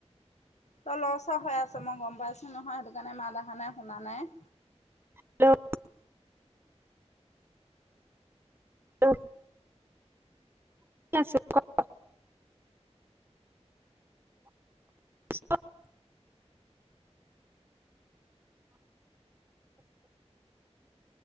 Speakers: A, on the left; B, on the right.
A: তই লৰচৰ হৈ আছ মই গম পাইছো নহয় সেইটো কাৰণে মা দেখ নে শুনা নাই
B: হেল্ল' অ আছে ক <unintelligible> স